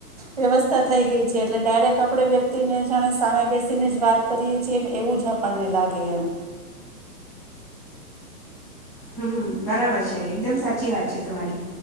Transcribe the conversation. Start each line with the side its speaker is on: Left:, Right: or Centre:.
Right: વ્યવસ્થા થઈ ગઈ છે એટલે ડાયરેક્ટ આપણે વ્યક્તિને જાણે સામે બેસીને જ વાત કરીએ છીએને એવું જ આપણને લાગે એમ.
Centre: હમ્મ બરાબર છે, એકદમ સાચી વાત છે તમારી.